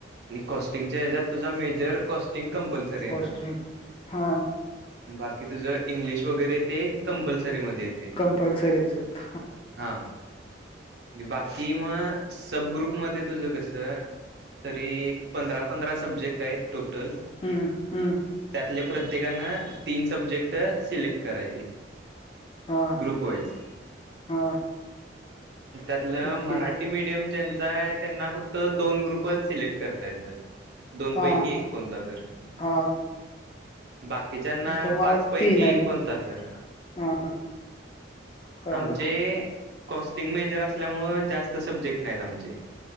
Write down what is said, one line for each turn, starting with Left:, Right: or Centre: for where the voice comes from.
Right: कॉस्टिंगच्या हेच्यात तुझा मेजर कॉस्टिंग कंपल्सरी
Left: <unintelligible>
Right: येणार
Left: हा.
Right: बाकी तुझ इंग्लिश वगैरे ते कंपल्स सरी मध्ये येते
Left: कंपल्सरीच आहेत
Right: हा बाकि मं सब ग्रुप मध्ये तुझं कसं -- तरी एक पंधरा पंधरा सब्जेक्ट हाईत टोटल
Left: हम्म हम्म
Right: त्यातली प्र -- प्रत्येकान तीन सब्जेक्ट सिलेक्ट करायचे.
Left: हा
Right: ग्रुप वाईज
Left: हा
Right: त्यातलं
Left: ओके
Right: मराठी मिडीयम ज्यान -- कसायं त्यांना फक्त दोन ग्रुपचं सिलेक्ट करता येतात. दोन
Left: हा
Right: पैकी एक कोणता तर -
Left: हा
Right: - बाकीच्यांनी
Left: तुम्हाला
Right: पाच पैकी
Left: तीन आहेत
Right: एक कोणतातर.
Left: हा कळालं
Right: आमचे कॉस्टिंग मेजर असल्यामुळे जास्त सब्जेक्ट नाहीत आमचे.